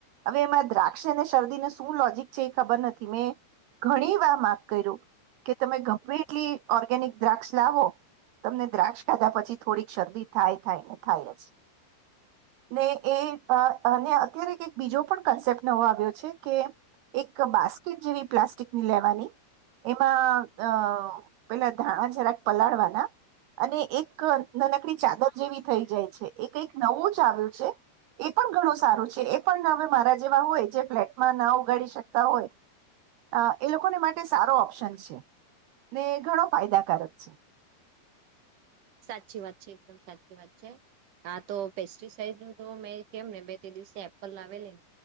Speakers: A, on the right; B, on the right.
A: હવે એમાં દ્રાક્ષ અને શરદીને શું લોજિક ખબર નથી મેં ઘણી વાર માફ કર્યું કે તમે ગમ્પ્લીટલી ઓર્ગેનિક દ્રાક્ષ લાવો તમને દ્રાક્ષ ખાધા પછી થોડીક શરદી થાય થાયને થાય જ ને એ અને અત્યારે બીજો પણ કન્સેપ્ટ નવો આવ્યો છે કે એક બાસ્કેટ જેવી પ્લાસ્ટિકની લેવાની એમાં અ પેલા ધાણા જરાક પલાળવાના અને એક નનકડી ચાદર જેવી થઈ જાય છે એક એક નવો ચાવલ એ પણ ઘણું સારું છે એ પણ હવે મારા જેવા હોય જે ફ્લેટમાં નાવ વગાડી શકતા હોય એ લોકોને માટે સારો ઓપ્શન છે ને ઘણો ફાયદાકારક છે
B: સાચી વાત છે એકદમ સાચી વાત છે હ તો પેસ્ટિસાઈડ નું તો મેં કેમ ને બે તે દિવસે એપલ લાવેલી